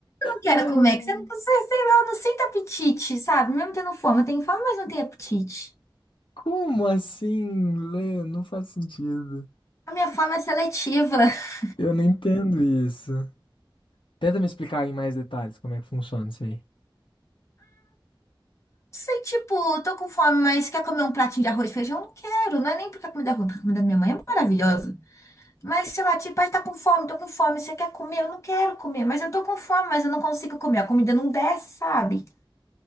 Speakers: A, on the left (about 35°); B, on the left (about 75°).
A: quero
B: Ah,
A: comer, que você não consegue, sei lá, eu não sinto apetite, sabe? Mesmo tendo fome, eu tenho fome, mas não tenho apetite.
B: Como assim, Lê? Não faz sentido.
A: A minha fome é seletiva. <laughs>
B: Eu não entendo isso. Tenta me explicar em mais detalhes como é que funciona isso aí.
A: Não sei, tipo, tô com fome, mas quer comer um pratinho de arroz e feijão? Não quero, não é nem porque a comida é ruim, porque a comida da minha mãe é maravilhosa. Mas se eu bater, pai, tá com fome, tô com fome, você quer comer? Eu não quero comer, mas eu tô com fome, mas eu não consigo comer, a comida não desce, sabe?